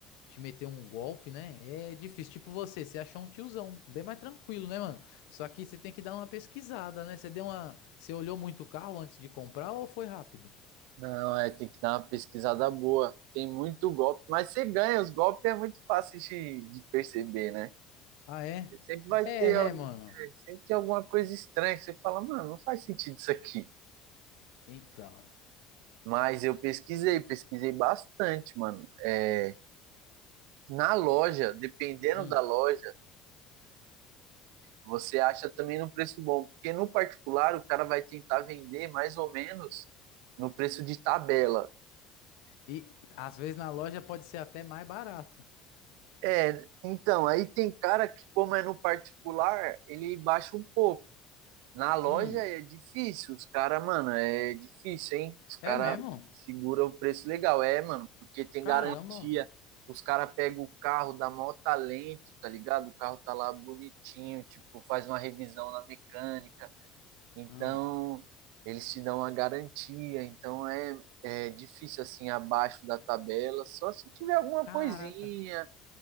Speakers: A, on the left; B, on the right.
A: te meter um golpe, né? É difícil. Tipo você, você achou um tiozão, bem mais tranquilo, né, mano? Só que você tem que dar uma pesquisada, né? Você deu uma, você olhou muito o carro antes de comprar ou foi rápido?
B: não, é, tem que dar uma pesquisada boa. Tem muito golpe, mas você ganha, os golpes é muito fácil de, de perceber, né?
A: Ah, é?
B: Sempre vai
A: É,
B: ter,
A: né,
B: al- é,
A: mano?
B: sempre tem alguma coisa estranha que você fala, mano, não faz sentido isso aqui.
A: Então.
B: Mas eu pesquisei, pesquisei bastante, mano. É, na loja, dependendo
A: hum.
B: da loja, você acha também num preço bom, porque no particular o cara vai tentar vender mais ou menos no preço de tabela.
A: E às vezes na loja pode ser até mais barato.
B: É, então, aí tem cara que, como é no particular, ele baixa um pouco. Na loja
A: Hum.
B: é difícil, os caras, mano, é difícil, hein? Os caras
A: É mesmo?
B: segura o preço legal, é, mano, porque tem
A: Caramba.
B: garantia. Os caras pegam o carro, dá maior talento, tá ligado? O carro tá lá bonitinho, tipo, faz uma revisão na mecânica. Então,
A: Ah,
B: eles te dão a garantia. Então, é, é difícil, assim, abaixo da tabela. Só se tiver alguma
A: caraca.
B: coisinha,